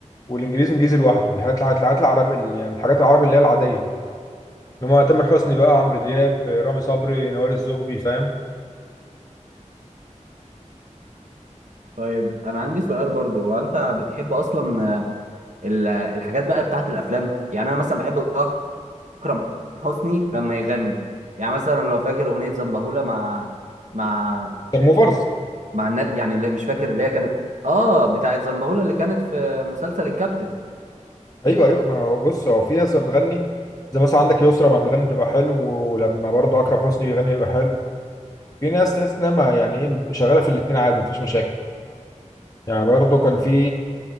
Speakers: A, on the left; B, on the right.
A: والانجليزي انجليزي لوحده الحاجات الحاجات الحاجات العربي ال- يعني الحاجات العربي اللي هي العاديه اللي هم تامر حسني بقى عمرو دياب رامي صبري نوال الزغبي فاهم
B: طيب انا عندي سؤال برضو هو انت بتحب اصلا آه، ال- الحاجات بقى بتاعت الافلام يعني انا مثلا بحب اكرم حسني لما يغني يعني مثلا لو فاكر اغنية زنبهولة مع مع
A: موفرز
B: مع النا... يعني اللي مش فاكر اللي هي كانت اه بتاعت زنبهولة اللي كانت في مسلسل الكابتن
A: ايوه ايوه ما هو بص هو في ناس بتغني زي مثلا عندك يسرا ما بتغني بتبقى حلو ولما برضه اكرم حسني بيغني بيبقى حلو في ناس تحس انها ما- يعني ايه شغاله في الاثنين عادي مفيش مشاكل يعني برضه كان في